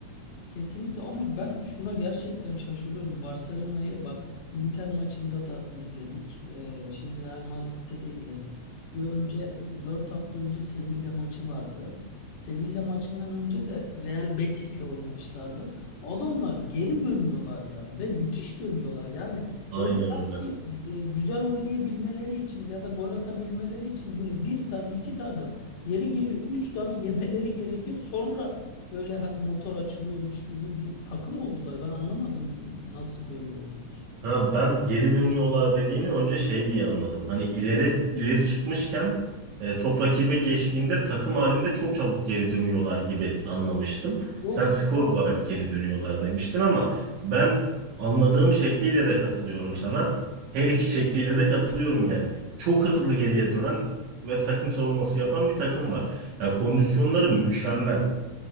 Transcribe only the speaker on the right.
Aynen
öyle.
Ha, ben geri dönüyorlar dediğini önce şey diye anladım. Hani ileri ileri çıkmışken e, top rakibe geçtiğinde takım halinde çok çabuk geri dönüyorlar gibi anlamıştım.
Sen skor
olarak geri dönüyorlar demiştin ama ben anladığım şekliyle de katılıyorum sana. Her iki şekliyle de katılıyorum yani. Çok hızlı geriye dönen ve takım savunması yapan bir takım var. Ya kondisyonları mükemmel.